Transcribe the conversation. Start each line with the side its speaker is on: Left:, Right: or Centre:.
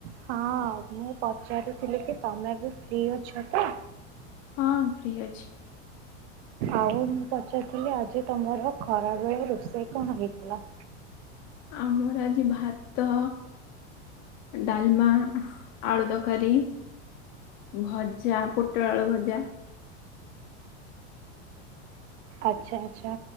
Right: ହଁ ମୁଁ ପଚାରୁଥିଲି କି ତମେ ଏବେ ଫ୍ରି ଅଛ ତ?
Left: ହଁ ଫ୍ରି ଅଛି।
Right: ଆଉ ମୁଁ ପଚାରଥିଲି ଆଜି ତମର ଖରାବେେଳେ ରୋଷେଇ କଣ ହେଇଥିଲା?
Left: ଆମର ଆଜି ଭାତ ଡାଲମା ଆଳୁ ତକାରୀ ଭଜା ପୋଟଳ ଆଳୁ ଭଜା।
Right: ଆଚ୍ଛା ଆଚ୍ଛା